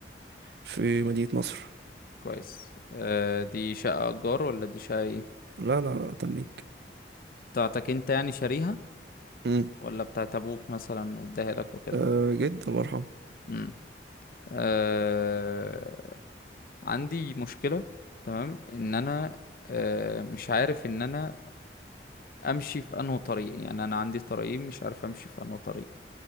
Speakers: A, on the right; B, on the left.
A: في مدينة نصر
B: كويس آه دي شقة ايجار ولا دي شقة ايه
A: لا لا لا تمليك
B: بتاعتك انت يعني شاريها
A: مم.
B: ولا بتاعت ابوك مثلا واداها لك وكده
A: آه جد الله يرحمه
B: امم آه عندي مشكلة تمام ان انا آه مش عارف ان انا امشي في انه طريق يعني انا عندي طريقين مش عارف امشي في انه طريق